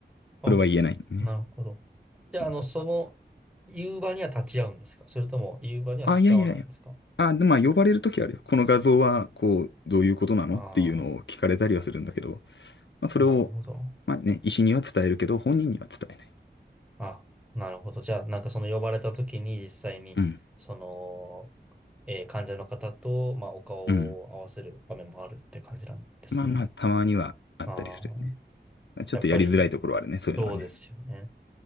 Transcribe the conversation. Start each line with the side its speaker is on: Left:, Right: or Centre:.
Centre: あ、
Left: それは言えないんだね。
Centre: なるほど。じゃあ、
Left: うん
Centre: あの、その、夕場には立ち会うんですかそれとも夕場には立ち会わないんですか
Left: あ、いやいやいや。あ、でまあ、呼ばれるときあるよ。この画像は、こう、どういうことなのっていうのを聞かれたりはするんだけど、
Centre: ああ
Left: まあ、それを、
Centre: ー、なるほど。
Left: まあね、医師には伝えるけど、本人には伝えない。
Centre: あ、なるほど。じゃあ、なんかその呼ばれた時に実際に、
Left: うん。
Centre: その、えー患者の方と、まあ、お顔を合わせる場面もあるって感じなんですね。
Left: うん。まあまあ、たまにはあったりするよね。
Centre: ああ、
Left: ちょっとやりづらいところはあるね、
Centre: やっぱり、そうですよね。
Left: そういうのはね。